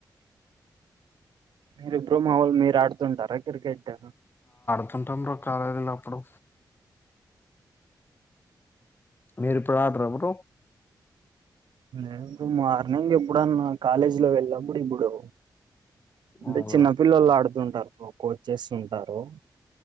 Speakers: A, on the right (about 80°); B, on the left (about 30°).
A: మీరు ఇప్పు మా వాల్ మీరు ఆడుతుంటారా క్రికెట్
B: <unintelligible> కాలేజీలో అప్పుడు మీరు ఇప్పుడు అడ్ర ఎప్పురు
A: ే మార్నింగా ఎప్పుడున్న కాలేజీ లో వెళ్ళప్పుడు ఇప్పుడు అంటే
B: ఆ బ్రో
A: చిన్నపిల్లలు ఆడుతుంటారు ఇ కోచ్చేస్తు ఉంటారు